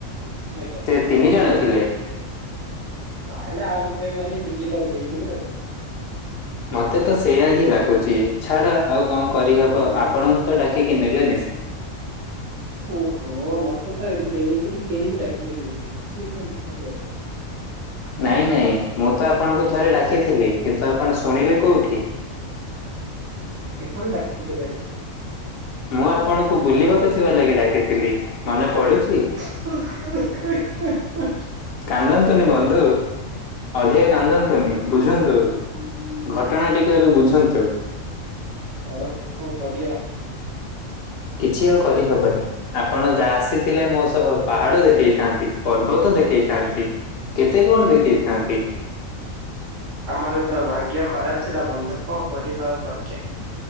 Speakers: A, on the right; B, on the left.
A: ଦେକ୍ଷିବା,
B: ଏ ତିନି ଜଣ ଥିଲେ,
A: ତାହେଲେ ଆଉ ଗୋଟେ ମାନେ ନିଜେ କରିଦେଇଥିବେ ଆଉ,
B: ମତେ ତ ସେୟା ହିଁ ଲାଗୁଛି ଛାଡ ଆଉ କଣ କରିହବ ଆପଣଙ୍କୁ ତ ଡାକିକି ନେଲେନି ଇସ୍
A: ଓହୋ ମୋତେ ଟା ଏମ୍ ଏମିତିରେ କେହି ବି ଡାକିଗଲେ ଏମିତି <unintelligible>
B: ନାଇଁ-ନାଇଁ ମୁଁ ତ ଆପଣଙ୍କୁ ଥରେ ଡାକିଥିଲି କିନ୍ତୁ ଆପଣ ଶୁଣିଲେ କୋଉଠି,
A: କେତଥର ଡାକିଥିଲେ କହିଲେ?
B: ମୁଁ ଆପଣଙ୍କୁ ବୁଲିବାକୁ ଯିବା ଲାଗି ଡାକିଥିଲି ମନେ ପଡ଼ୁଛି?
A: <unintelligible> ହୁଁ-ହୁଁ,
B: କାନ୍ଦନ୍ତୁନି ବନ୍ଧୁ, ଅଧିକା କାନ୍ଦନ୍ତୁନି ବୁଝନ୍ତୁ ଘଟଣାଟିକୁ ଏବେ ବୁଝନ୍ତୁ,
A: ଆଡୁ କଁ କରିବା?
B: କିଛି ଆଉ କରିହବନି, ଆପଣ ଯାହା ଆସିଥିଲେ ମୋ ସହ ପାହାଡ଼ ଦେଖେଇଥାନ୍ତି ପର୍ବତ ଦେଖେଇଥାନ୍ତି, କେତେ କଣ ଦେଖେଇଥାନ୍ତି,
A: ଆମର ତ ଭାଗ୍ୟ ଖରାପ ଥିଲା ବନ୍ଧୁ କଁ କରିବା ଆଉ କହିଲେ,